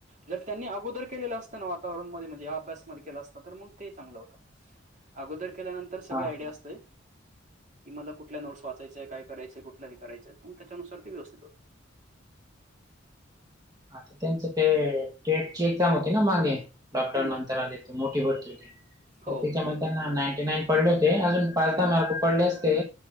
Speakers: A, on the right; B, on the right.
A: जर त्यांनी अगोदर केलेल असत ना वातावरणमध्ये म्हणजे या अभ्यासमध्ये केल असत तर मग ते चांगल होत. अगोदर केल्यानंतर
B: हा
A: सगळी
B: हा
A: आयडिया असते. की मला कुठल्या नोट्स वाचायच्या आहे काय करायचय कुठल हे करायचय मग त्याच्यानुसार ते व्यवस्थित होत.
B: आता त्यांच ते टेटची एक्झाम होती ना मागे लॉकडाऊन
A: हं.
B: नंतर आली. ती मोठी भरती होती
A: हो.
B: तर त्याच्यामध्ये. त्यांना नाईंटी नाईन पडले होते अजून पाच दहा मार्क पडले असते